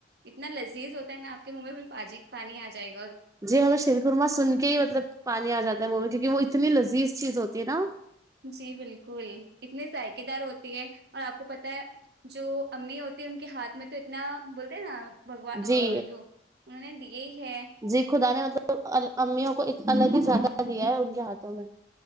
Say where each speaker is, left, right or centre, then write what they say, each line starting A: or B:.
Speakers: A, on the right; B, on the right.
A: اتنا لذیذ ہوتا ہے نا آپ کے منہ میں پاجی پانی آ جائے گا اور
B: جی ہ شیر قورمہ سن کے ہی مطلب پانی آ جاتا ہے منہ میں کیوکہ وہ اتنی لذیذ چیز ہوتی ہے نا
A: جی بالکل اتنے ذائقے دار ہوتی ہے اور آپ کو پتا ہے جو امی ہوتی ان کے ہاتھ میں تو اتنا بولتے ہیں نا بگوان
B: جی
A: جو انہوں نے دیے ہے
B: جی خدا نے مطلب امیوں کو ایک الگ ہی سھ <unintelligible> دیا ہے ان کے ہاتھوں میں